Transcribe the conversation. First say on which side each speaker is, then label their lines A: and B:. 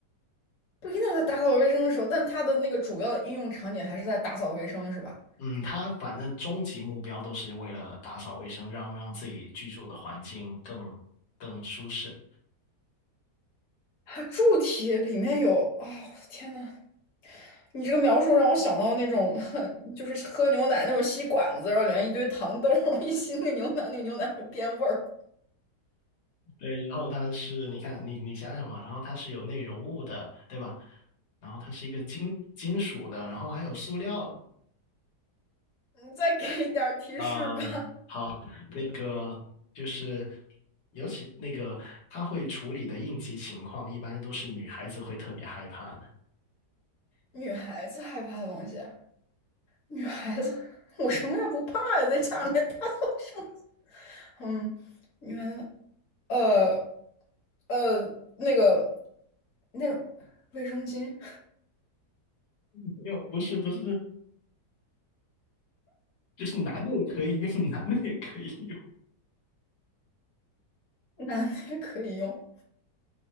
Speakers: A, on the left; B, on the left.
A: 不一定在打扫卫生的时候，但它的那个主要的应用场景还是在打扫卫生，是吧？
B: 嗯，它反正终极目标都是为了打扫卫生，让让自己居住的环境更更舒适。
A: 啊，柱体里面有啊，天呐，你这个描述让我想到那种，<laughs> 就是喝牛奶那种吸管子，然后里面一堆糖豆儿，<laughs> 一吸那个牛奶，那个牛奶会变味儿。
B: 对，然后它是，你看，你你想想嘛，然后它是有内容物的，对吧？然后它是一个金金属的，然后还有塑料的。
A: 你再给一点儿提示吧，
B: 嗯，好，那个就是，尤其那个它会处理的应急情况，一般都是女孩子会特别害怕的。
A: 女孩子害怕的东西，女孩子，我什么也不怕呀，在家里面大叫声，嗯，女孩子，呃呃，那个那卫生巾，
B: <laughs> 没有，不是不是，就是男的也可以用，<laughs> 男的也可以用
A: <laughs> 男的也可以用，